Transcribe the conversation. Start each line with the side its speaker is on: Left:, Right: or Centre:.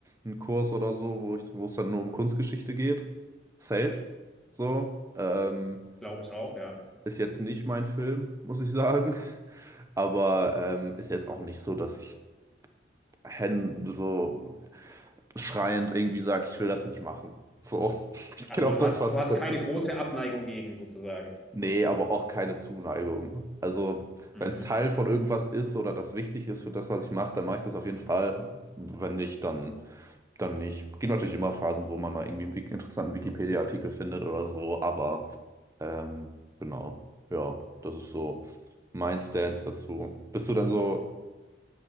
Right: einen Kurs oder so, wo ich, wo es dann nur um Kunstgeschichte geht. Safe. So, ähm,
Centre: glaube ich auch, ja.
Right: ist jetzt nicht mein Film, muss ich sagen. Aber ähm, ist jetzt auch nicht so, dass ich Hände so schreiend irgendwie sagt, ich will das nicht machen. So, <laughs> Ich
Centre: Also
Right: glaube,
Centre: du
Right: das
Centre: hast,
Right: fasst
Centre: du hast
Right: es ganz
Centre: keine
Right: gut
Centre: große
Right: zusammen.
Centre: Abneigung gegen sozusagen.
Right: nee, aber auch keine Zuneigung. Also,
Centre: Mhm.
Right: wenn es Teil von irgendwas ist oder das wichtig ist für das, was ich mache, dann mache ich das auf jeden Fall. Wenn nicht, dann, dann nicht. Gibt natürlich immer Phasen, wo man mal irgendwie einen wik- interessanten Wikipedia-Artikel findet oder so, aber ähm, genau, ja, das ist so mein Stance dazu. Bist du dann so,